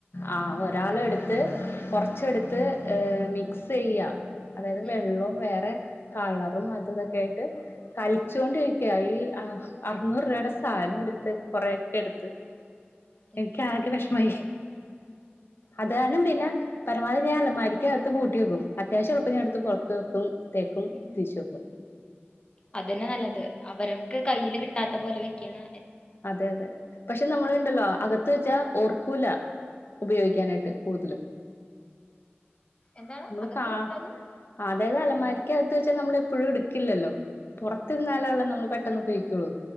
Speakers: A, on the left; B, on the left.
A: ആ
B: ഉം
A: ഒരാള എടുത്ത് കൊറച്ചെടുത്ത് മിക്സ് ചെയ്യാ അതായത് വെള്ളവും
B: ഉം
A: വേറെ കളറും അത് ഇതൊക്കെ ആയിട്ട് കളിച്ചോണ്ടിരിക്ക
B: ഉം
A: ക്കായി അറുന്നൂറ് രൂപയുടെ സാധം എടുത്ത് കൊറെക്കെ എടുത്ത്
B: ദൈവമേ
A: എനിക്ക് ആകെ വിഷമായി അത് കാരണം പിന്നെ പരമാവധി ഞാൻ അലമാരക്കകത്ത് പൂട്ടി വെക്കും അത്യാവശ്യം ഉള്ളപ്പോൾ ഞാൻ ഇടുത്ത് പുറത്ത് വെക്കും തേക്കും
B: ഉം
A: പിശുക്കും
B: അതന്നെ നല്ലത് അവർക്ക് കയ്യില് കിട്ടാത്ത പോലെ വെക്കാണ്
A: അതെ അതെ പക്ഷെ നമ്മൾ ഉണ്ടല്ലോ അക ത്ത് വച്ചാ ഓർക്കൂല ഉപയോഗിക്കാനായിട്ട് കൂടുതലും..
B: എന്താണ്
A: നമ്മൾ
B: അകത്ത്
A: കാ
B: വെച്ചാല്
A: ആ അതായത് അലമാരിക്കകത്ത് വെച്ചാൽ നമ്മൾ എപ്പോഴും എടുക്കില്ലല്ലോ. പുറത്തിരുന്നാലല്ലേ നമ്മൾ പെട്ടെന്ന് ഉപയോഗിക്കുള്ളൂ.